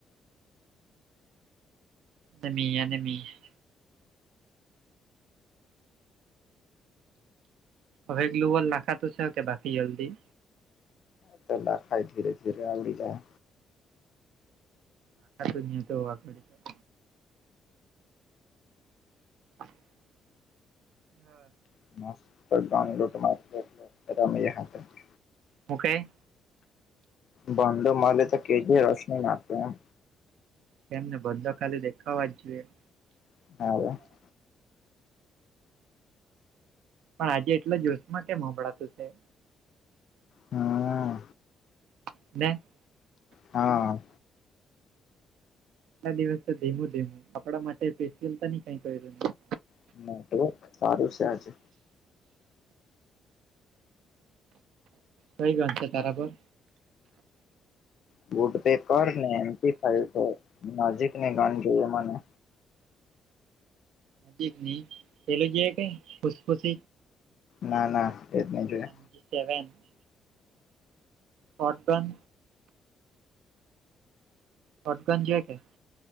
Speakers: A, on the right; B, on the left.
A: <inaudible> હવે ગ્લુવલ નાખા તું છે કે હા બાકી જલ્દી.
B: એ તો લાખાય ધીરે ધીરે આવંડી જાય.
A: <inaudible> <inaudible> હા.
B: <inaudible>
A: હું કેય.
B: ભડો મળલે તો કેજો રોશની નાખે એમ
A: તેમમને બધા ખાલી દેખાવા જ જોઈએ.
B: <unintelligible>
A: પણ આજે એટલા જોશમાં કેમ સાભળતું છે?
B: હમ
A: <inaudible>
B: હા
A: લા દિવસ તો ધીમું ધીમું આપડા માટે પેશિલ કઈ કર્યું નહી.
B: <unintelligible> સારું છે આજે
A: કઈ <unintelligible> છે તારા પર
B: બૂટ પે કર ને એમ થાય છે નજીક ને ગણ જોઈએ મને
A: નજીકની પેલું જે કે ખુશ ખુશ
B: ના ના એજ નહી જોય.
A: <unintelligible> બટન શોટગન જે કે,